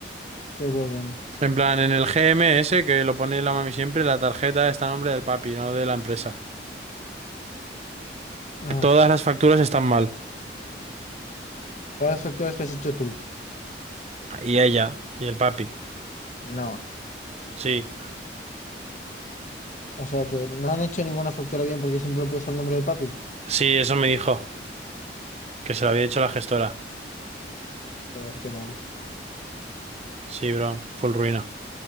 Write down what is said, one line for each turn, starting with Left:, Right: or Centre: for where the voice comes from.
Left: qué huevón.
Right: En plan, en el GMS, que lo pone la mami siempre, la tarjeta está a nombre del papi, no de la empresa.
Left: Ah,
Right: Todas las facturas están mal.
Left: ¿cuáles facturas que has hecho tú?
Right: Y ella, y el papi.
Left: No.
Right: Sí,
Left: O sea que no han hecho ninguna factura bien porque siempre lo he puesto al nombre de papi.
Right: sí, eso me dijo, que se lo había dicho la gestora.
Left: Joder, qué mal.
Right: Sí, bro, full ruina.